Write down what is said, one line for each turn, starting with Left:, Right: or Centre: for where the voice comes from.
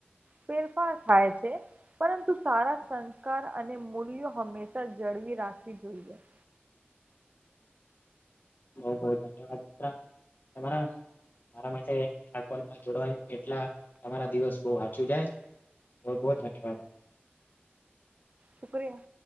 Right: ફેરફાર થાય છે પરંતુ સારા સંસ્કાર અને મૂલ્યો હંમેશા જળવી રાખવી જોઈએ.
Left: બહ બહ ધન્યવાદ મિત્ર તરા મારા માટે જોડવાયું એટલા તમારા દિવસ બો સાચું જાય બો બો ધન્યવાદ
Right: શુક્રિયા.